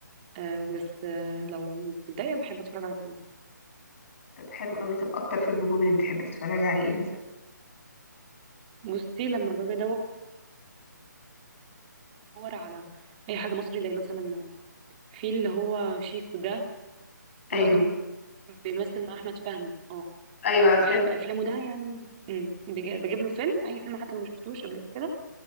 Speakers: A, on the right (about 25°); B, on the left (about 40°).
A: آه بس آه لو متضايقه بحب اتفرج على كوميدي
B: طب حلو قوي طب اكتر فيلم كوميدي بتحب تتفرج عليه ايه مثلا
A: بصي لما باجي ادور على اي حاجه مصري زي مثلا في اللي هو شيكو ده اللي
B: ايوه
A: هو كان بيمثل مع احمد فهمي اه
B: ايوه عارفاه
A: بحب افلامه ده يعني امم بج- بجيب له فيلم اي فيلم حتى لو ما شفتوش قبل كده